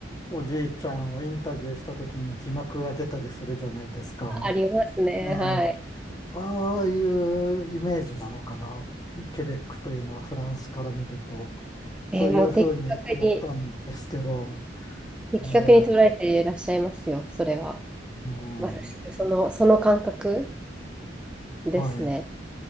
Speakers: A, on the left; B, in the centre.
A: おじいちゃんをインタビューした時に字幕が出たりするじゃないですか。
B: ありますね。
A: ええ、
B: はい。
A: ああいうイメージなのかな。ケベックというのはフランスから見ると、
B: えーもう的確に、
A: というふうに思ったんですけど、
B: 的確に捉えていらっしゃいますよ、
A: ええ、
B: それは。
A: うん、
B: まさしく、その、その感覚ですね。
A: はい、